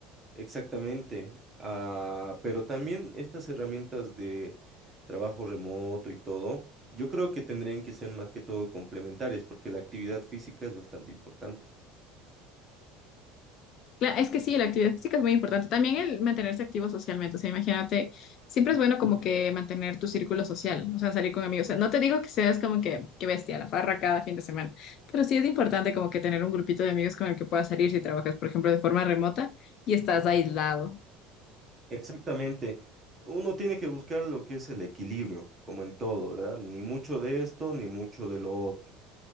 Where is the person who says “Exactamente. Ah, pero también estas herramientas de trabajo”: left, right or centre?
Right